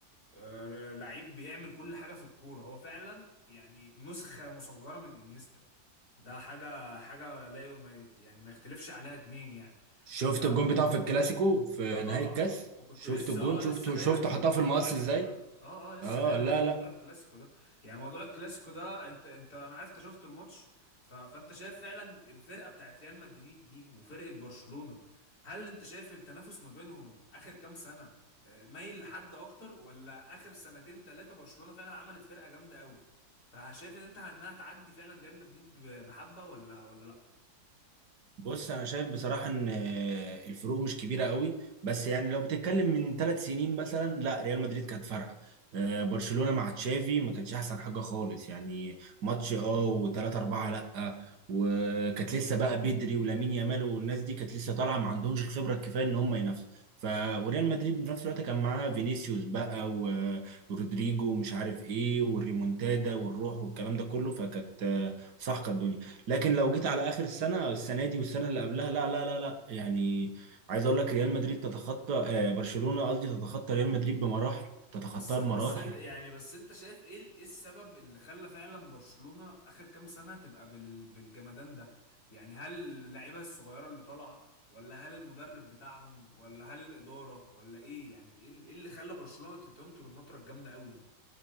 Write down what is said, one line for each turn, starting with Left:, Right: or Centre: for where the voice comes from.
Left: آه، لعيب بيعمل كل حاجة في الكورة هو فعلا يعني نسخة مصغرة من انيستا ده حاجة حاجة لا ي- ما يت- يعني ما يختلفش عليها اتنين يعني
Right: شفت
Left: ف
Right: الجون بتاعه في الكلاسيكو في
Left: اه طبعا
Right: نهائي الكاس
Left: وكنت
Right: شفت
Left: لسه
Right: الجون
Left: اه لسه
Right: شفته
Left: جاي
Right: شفته
Left: لك في
Right: حطها
Left: موضوع
Right: في المقص
Left: الكلاسيكو
Right: ازاي
Left: ده اه اه لسه
Right: اه
Left: جاي لك
Right: لا
Left: في
Right: لا
Left: موضوع الكلاسيكو ده يعني موضوع الكلاسيكو ده انت انت انا عرفت شفت الماتش ف... فانت شايف فعلا الفرقه بتاعت ريال مدريد دي وفرقه برشلونه هل انت شايف التنافس ما بينهم اخر كام سنه آه، مايل لحد اكتر ولا اخر سنتين ثلاثه برشلونه فعلا عملت فرقه جامده قوي فشايف ان انت انها تعدي فعلا ريال مدريد ب- بحبه ولا ولا لا
Right: بص انا شايف بصراحه ان الفروق مش كبيره قوي بس يعني لو بتتكلم من ثلاث سنين مثلا لا ريال مدريد كانت فارقه آه، برشلونه مع تشافي ما كانش احسن حاجه خالص يعني ماتش اه وثلاثة أربعة لا وكانت لسه بقى بدري ولامين يامال والناس دي كانت لسه طالعه ما عندهمش الخبره الكفايه ان هم ينافسوا ف وريال مدريد في نفس الوقت كان معاه فينيسيوس بقى و- ورودريجو ومش عارف ايه والريمونتادا والروح والكلام ده كله فكانت آه، صح كانت الدنيا لكن لو جيت على اخر السنه السنه دي والسنه اللي قبلها لا لا لا لا يعني عايز اقول لك ريال مدريد تتخطى آه برشلونه قصدي تتخطى ريال مدريد بمراحل تتخطاها
Left: بس بس
Right: بمراحل
Left: إن- يعني بس انت شايف ايه ال- ايه السبب اللي خلى فعلا برشلونة اخر كام سنة تبقى بال بالجمدان ده يعني هل اللعيبة الصغيرة اللي طالعة ولا هل المدرب بتاعهم ولا هل الإدارة ولا ايه يعني ايه ال- إيه اللي خلى برشلونة تنطر النطرة الجامدة قوي دي